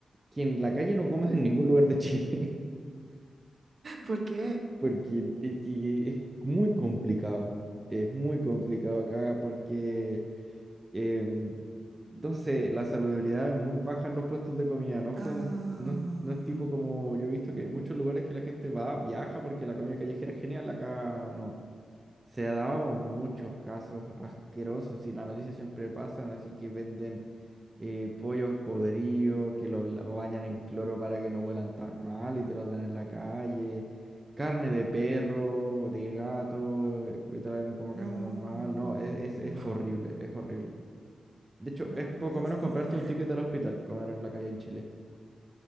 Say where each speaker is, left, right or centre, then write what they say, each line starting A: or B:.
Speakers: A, on the right; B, on the right.
A: que en la calle no comas en ningún lugar de Chile,
B: Porque,
A: <laughs> porque e- que es muy complicado, es muy complicado acá porque Em, entonces, la saludabilidad es muy baja en los puestos de comida, no es
B: ah,
A: como, no, es no es tipo como yo he visto que hay muchos lugares que la gente va, viaja porque la comida callejera es genial, acá no. Se ha dado muchos casos asquerosos y las noticias siempre pasan, así que venden eh, pollos podridos, que los la- bañan en cloro para que no huelan tan mal y te los dan en la calle. Carne de perro, de gato, eh, y te la venden como
B: no,
A: carne normal. No, es, es es horrible, es horrible. De hecho,
B: no
A: es poco
B: puede
A: menos
B: ser.
A: comprarte un ticket al hospital, comer en la calle en Chile.